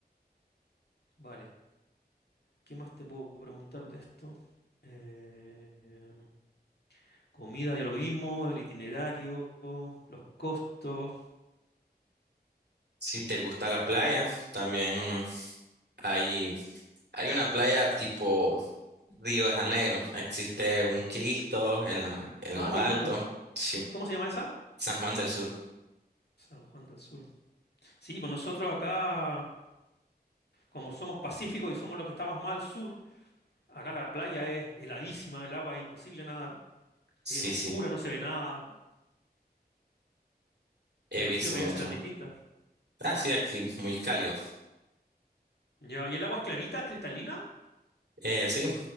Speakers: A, on the left; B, on the right.
A: vale. ¿Qué más te puedo preguntar de esto? Eh, em, comida, ya lo vimos, el itinerario, los costos.
B: Si te gusta la playa, también hay, hay una playa tipo Río de Janeiro, existe un Cristo en la- en
A: Ah,
B: lo
A: qué
B: alto,
A: lindo.
B: sí,
A: ¿Cómo se llama esa?
B: San Juan del Sur,
A: San Juan del Sur. Sí, pues nosotros acá, como somos pacíficos y somos los que estamos más al sur, acá la playa es heladísima, el agua es imposible nadar,
B: sí,
A: es oscura,
B: sí,
A: no se ve nada.
B: he
A: Me imagino
B: visto
A: que
B: mucho.
A: allá serán distintas.
B: Ah, sí, aquí muy cálido.
A: Ya, ¿y el agua es clarita, es cristalina?
B: Eh, sí,